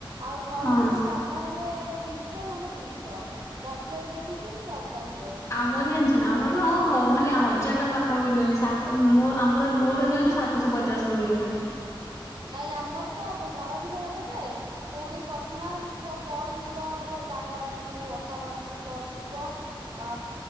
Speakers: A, on the right; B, on the left.
A: ଆଉ ଘର
B: ହଁ
A: ପିଛା ଚାନ୍ଦା ହୁଏ ତିନିଶହ ନହେଲେ ଦୁଇଶହ। ବଜେଟ ଦେଖିକି ଚାନ୍ଦା ହୁଏ। ହୁଏ।
B: ମୋର ଜାଣିଛ ନା ଆମର ମାନେ ହଜାର ଟଙ୍କା ପାଖ ପାଖାପାଖି ନିଅନ୍ତି। ସାତ ମୋ ଆମର ମୋର ନିଅନ୍ତି ସାତଶହ ପଚାଶ ନଉଛନ୍ତି।
A: ନାଇଁ ଆମର ତ ଘର ପିଛା ଯାହା ଦେବେ। ପୁଣି ପର୍ସନାଲ ଯ କଲ ଯିବ ସବୁ ଦାଦା ମାନଙ୍କୁ ଅପା ମାନଙ୍କୁ କଲ ଯିବ। ଅ